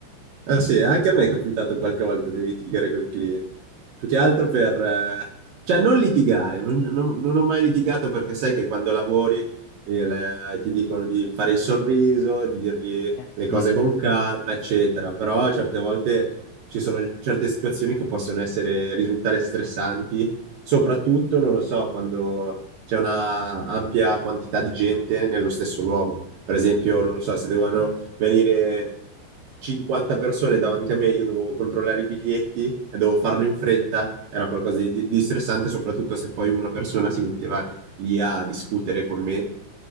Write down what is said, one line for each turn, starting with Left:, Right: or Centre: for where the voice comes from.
Right: Ah, sì, anche a me è capitato qualche volta di litigare con i clienti. Più che altro per... eh, cioè, non litigare, non, non- non ho mai litigato perché sai che quando lavori il- eh, ti dicono di fare il sorriso, di dirgli
Left: Eh,
Right: le
Left: sì,
Right: cose
Left: è vero.
Right: con calma, eccetera. Però certe volte ci sono certe situazioni che possono essere, risultare stressanti, soprattutto, non lo so, quando c'è una ampia quantità di gente nello stesso luogo. Per esempio, non lo so, se devono venire 50 persone davanti a me, io dovevo controllare i biglietti e dovevo farlo in fretta, era qualcosa di, di- di stressante, soprattutto se poi una persona si metteva lì a discutere con me